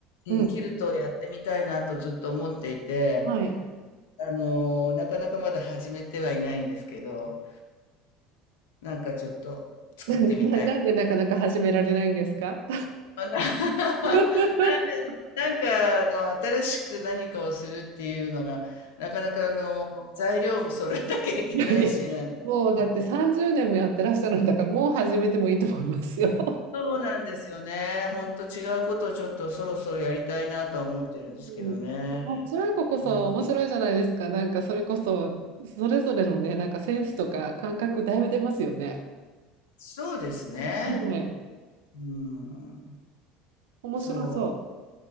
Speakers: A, on the left; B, on the right.
A: うん、
B: うん。
A: キルトをやってみたいなとずっと思っていて、
B: はい。
A: あの、なかなかまだ始めてはいないんですけど、なんかちょっと作ってみたい。
B: <laughs> なんで、ななんでなかなか始められないんですか
A: あな <laughs>
B: <laughs>
A: なんかあの、新しく何かをするっていうのが、なかなかあの、材料も揃えなきゃいけないし、
B: いやいや、
A: なんて思ってて。
B: もうだって30年もやってらっしゃるんだから、もう始めてもいいと思いますよ。
A: そうなんですよね。ほんと違うことをちょっとそろそろやりたいなとは思ってるんですけどね。
B: うん、あ、辛いここそ面白いじゃないですか。
A: うん、
B: なんかそれこそそれぞれのね、なんかセンスとか感覚だいぶ出ますよね。
A: そうですね。
B: はい。
A: うん。
B: 面白そ
A: そう。